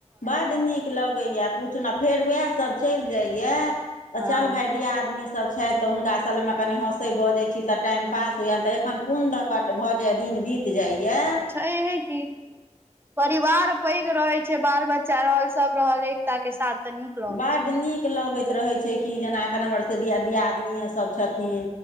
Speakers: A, on the left; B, on the right.
A: बड्ड नीक लगैए पूछूना आ फेर उएहसब चलि जाइए तऽ
B: हँ
A: चल भाय दियादिनी सभ छथि तऽ हुनकामे कनि हँसै बजै छी तऽ टाइम पास होइय तऽ एखन कोन दऽ कट भऽ जाइ दिन बीत जाइया
B: छै हे कि परिवार पैघ रहे छै बाल बच्चा रहल सब रहल एकता के साथ तऽ नीक लगै
A: बड्ड
B: छै ने
A: नीक लगैत रहै छै कि जेना एखन हमरसभ के दियादनिएसभ छथिन